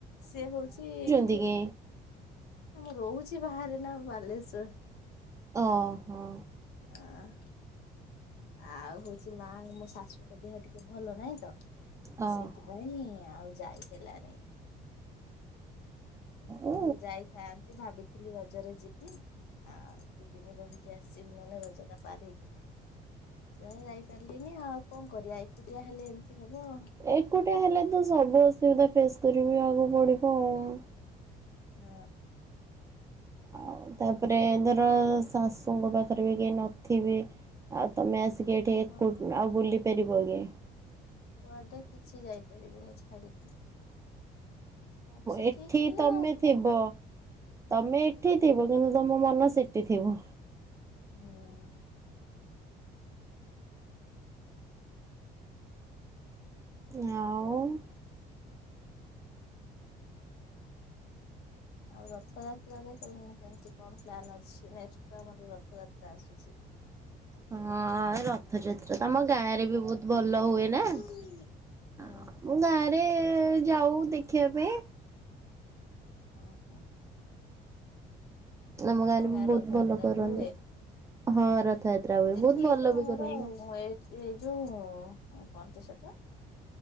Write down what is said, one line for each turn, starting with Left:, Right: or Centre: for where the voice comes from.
Left: ସେ ହଉଛି
Right: <unintelligible> ତିକେ
Left: ମୁଁ ରହୁଛି ବାହାରେ ନା ବାଲେଶ୍ଵର
Right: ଓହୋ
Left: <unintelligible> ଆ ଆଉ ହଉଛି ମାଆ ମୋ ଶାଶୁଙ୍କ ଦେହ ଟିକେ ଭଲ ନାହିଁ ତ
Right: ଓହୋ
Left: ସେଥିପାଇଁ ଆଉ ଯାଇ ହେଲାନି
Right: ଓ
Left: ନହେଲେ ଯାଇଥାନ୍ତି ଭାବି ଥିଲି ରଜରେ ଯିବି। ଆଉ ଦିଦିନି ରହିକି ଆସିବି। ନହେଲେ ରଜଟା ପାର ହେଇକି ଯାଇ ଯାଇପାରିଲିନି ଆଉ କଣ କରିବା, ଏକୁଟିଆ ହେଲେ ଏମିତି ହବ ଆଉ।
Right: ଏକୁଟିଆ ହେଲେ ତ ସବୁ ଅସୁବିଧା ଫେସ୍ କରାଇବାକୁ ପଡିବ ଆଉ।
Left: ହଁ।
Right: ଆଉ ତାପରେ ଧର ଶାଶୁଙ୍କ ପାଖରେ ବି କେହି ନଥିବେ ଆଉ ତମେ ଆସ ଏଠି
Left: ହଁ
Right: ଏକୁ ଆଉ ବୁଲିପାରିବକି
Left: କୁଆଡେ କିଛି ଯାଇପାରିବୁନି ଛାଡିକି ଆଉ ସେ
Right: ଏଠି
Left: ଠିକ ଥିଲେ
Right: ତମେ ଥିବ ତମେ ଏଠି ଥିବ କିନ୍ତୁ ତମ ମନ ସେଠି ଥିବ।
Left: ହୁଁ।
Right: ଆଉ।
Left: ଆଉ ରଥଯାତ୍ରାରେ କେମତି କଣ ପ୍ଲାନ୍ ଅଛି? ନେକ୍ସଟ ତ ଆମର ରଥଯାତ୍ରା ଆସୁଛି।
Right: ହଁ ର ରଥଯାତ୍ରା ତମ ଗାଁରେ ବି ବହୁତ ଭଲ ହୁଏ ନା
Left: ହଁ
Right: ମୁଁ
Left: ହଁ
Right: ଗାଁରେ ରେ ଯାଉ ଦେଖିବା ପାଇଁ
Left: ଓହୋ।
Right: ଆମ
Left: ତମ
Right: ବି
Left: ଗାଁରେ
Right: ବହୁତ
Left: ରଥଯାତ୍ରା
Right: ଭଲ କରନ୍ତି।
Left: ବି ହୁଏ?
Right: ହଁ ରଥଯାତ୍ରା ହୁଏ
Left: ଏଠି
Right: ବହୁତ ଭଲ
Left: ତ
Right: ବି
Left: ମୋର
Right: କରନ୍ତି।
Left: ଏ ଏ ଯୋଉ କଣ ତ ସେଟା